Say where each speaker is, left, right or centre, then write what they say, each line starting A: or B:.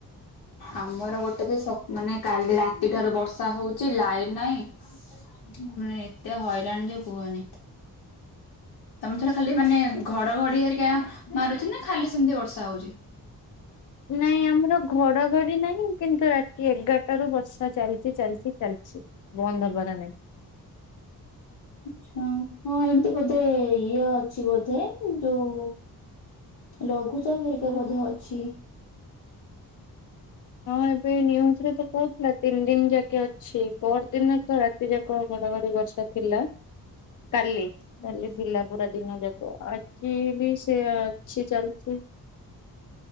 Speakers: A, on the left; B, on the left.
A: ଆମର ଗୋଟେ ଯେ ସ ମାନେ କାଲି ରାତିଠାରୁ ବର୍ଷା ହଉଛି ଲାଇନ ନାଇଁ। ମାନେ ଏତେ ହଇରାଣ ଯେ କୁହନି ତମେ ଥର ଖାଲି ମାନେ ଘଡ ଘଡି ହେରିକା ମାରୁଛି ନା ଖାଲି ସେମିତି ବର୍ଷା ହଉଛି।
B: ନାଇଁ ଆମର ଘଡଘଡି ନାହିଁ କିନ୍ତୁ ରାତି ଏଗାରଟା ରୁ ବର୍ଷା ଚାଲିଚ ଚାଲିଚ ଚାଲିଛି। ବନ୍ଦ ହବାର ନାହିଁ।
A: ଆଛା। ହଁ ଏମିତି ବୋଧେ ଇଏ ଅଛି ବୋଧେ ଯୋଉ ଲଘୁ ଲଘୁଚାପ ହେରିକା ବଧେ ଅଛି।
B: ହଁ ଏବେ ନ୍ୟୁଜରେ ତ କହୁଥିଲା ତିନି ଦିନ ଯାକେ ଅଛି ପର ଦିନ ତ ରାତି ଯାକ ବର ଆହୁରି ବର୍ଷା ଥିଲା।
A: <inaudible>
B: କାଲି
A: ହୁଁ
B: କାଲି ଥିଲା ପୁରା ଦିନ ଯାକ ଆଜି ବି ସେୟା ଅଛି ଚାଲଛି